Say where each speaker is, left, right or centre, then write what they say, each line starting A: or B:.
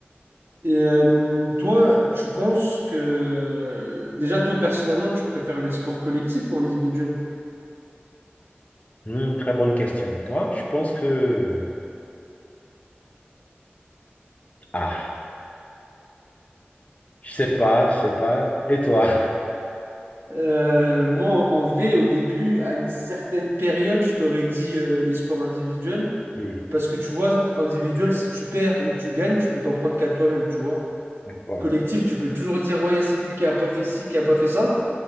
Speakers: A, on the right; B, on the left.
A: Et euh, toi, tu penses que... Déjà, toi, personnellement, tu préfères les sports collectifs ou individuels?
B: Hmm, très bonne question. Moi, je pense que... Ah, je sais pas, je sais pas. Et toi?
A: Euh, moi, en vrai, au début, à une certaine période, je t'aurais dit euh, les sports individuels.
B: <laughs> Oui.
A: Parce que tu vois, individuel, si tu perds ou tu gagnes, tu peux t'en prendre qu'à toi-même, tu vois.
B: Ouais,
A: Collectif, tu peux toujours dire, ouais, c'est lui qui a pas fait ci, qui a pas fait ça.